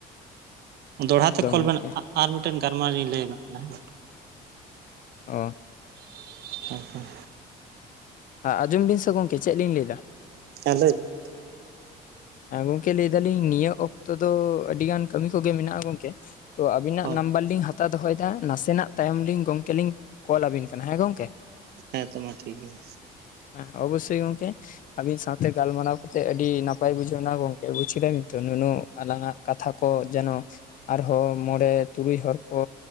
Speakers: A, on the right; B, on the left.
A: ᱫᱚᱲᱦᱟ ᱛᱮ ᱠᱚᱞ
B: ᱜᱚᱝᱠᱮ
A: ᱵᱮᱱ ᱟᱨ ᱢᱤᱫ ᱴᱮᱱ ᱜᱟᱞᱢᱟᱨ ᱞᱤᱧ ᱞᱟᱹᱭ ᱟᱵᱮᱱ ᱠᱟᱱᱟ ᱦᱮᱸ᱾
B: ᱚ᱾
A: ᱦᱮ, ᱸ ᱦᱮᱸ᱾
B: ᱦᱮᱸᱡᱚᱢ ᱵᱤᱱ ᱥᱮ ᱜᱚᱝᱠᱮ ᱪᱮᱫ ᱞᱤᱧ ᱞᱟᱹᱭ ᱫᱟ᱾
A: ᱦᱮᱸ ᱞᱟᱸᱭ ᱵᱤᱱ᱾
B: ᱦᱮᱸ ᱜᱚᱝᱠᱮ ᱞᱟᱹᱭ ᱫᱟᱹᱞᱤᱧ ᱱᱤᱭᱟᱹ ᱚᱠᱛᱚ ᱫᱚ ᱟᱹᱰᱤ ᱜᱟᱱ ᱠᱟᱹᱢᱤ ᱠᱚᱜᱮ ᱢᱮᱱᱟᱜ-ᱟ ᱜᱚᱝᱠᱮ ᱾ ᱛᱚ ᱟᱵᱤᱱᱟᱜ
A: ᱚ
B: ᱱᱟᱢᱵᱟᱨ ᱞᱤᱧ ᱦᱟᱛᱟᱣ ᱫᱚᱦᱚᱭᱫᱟ ᱾ ᱱᱟᱥᱮᱱᱟᱜ ᱛᱟᱭᱚᱢ ᱞᱤᱧ ᱜᱚᱝᱠᱮ ᱞᱤᱧ ᱠᱚᱞ ᱟᱵᱤᱱ ᱠᱟᱱᱟ ᱦᱮᱸ ᱜᱚᱝᱠᱮ ᱾
A: ᱦᱮᱸ ᱛᱚ ᱢᱟ ᱴᱷᱤᱠ ᱜᱮᱭᱟ ᱾
B: ᱦᱮᱸ ᱚᱵᱚᱥᱳᱭ ᱜᱚᱝᱠᱮ ᱟᱵᱤᱱ ᱥᱟᱶ ᱛᱮ ᱜᱟᱞᱢᱟᱨᱟᱣ ᱠᱟᱛᱮᱜ ᱟᱹᱰᱤ ᱱᱟᱯ ᱯᱟᱭ ᱵᱩᱡᱷᱟᱹᱣ ᱱᱟ ᱜᱚᱝᱠᱮ ᱵᱩᱡᱽ ᱠᱮᱫᱟ ᱵᱤᱱ ᱛᱚ ᱱᱩᱱᱩ ᱟᱞᱟᱝ ᱟᱜ ᱠᱟᱛᱷᱟ ᱠᱚ ᱡᱮᱱᱚ ᱟᱨᱦᱚᱸ ᱢᱚᱸᱬᱮ ᱛᱩᱨᱩᱭ ᱦᱚᱲ ᱠᱚ